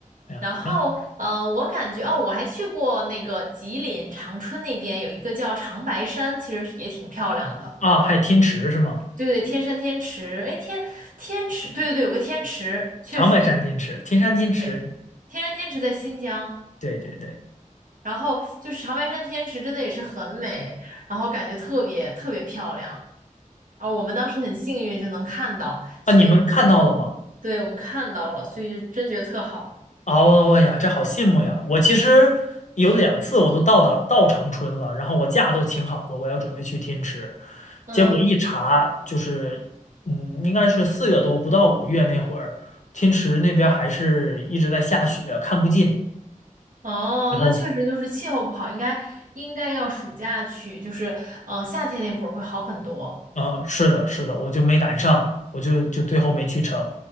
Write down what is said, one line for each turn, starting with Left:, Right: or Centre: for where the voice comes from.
Left: 哎呀，
Right: 然后呃，
Left: 然后
Right: 我感觉哦，我还去过那个吉林长春那边有一个叫长白山，其实也挺漂亮的。
Left: 啊，还有天池是吗？
Right: 对对，天山天池，哎，天天池，对对对，有个天池，确实是，
Left: 长白山天池，天山天池，
Right: 对，天山天池在新疆。
Left: 对对对。
Right: 然后就是长白山天池，真的也是很美，然后感觉特别特别漂亮啊！我们当时很幸运就能看到，所以
Left: 啊，你们看到了吗？
Right: 对我们看到了，所以就真觉得特好，
Left: 哦，哎呀，这好羡慕呀！我其实有两次我都到到到长春了，然后我假都请好了，我要准备去天池，
Right: 嗯。
Left: 结果一查就是，嗯，应该是四月多不到五月那会儿，天池那边还是一直在下雪，看不进。
Right: 哦，
Left: 然后
Right: 那确实就是气候不好，应该应该要暑假去，就是呃夏天那会儿会好很多
Left: 嗯，是的，是的，我就没赶上，我就就最后没去成，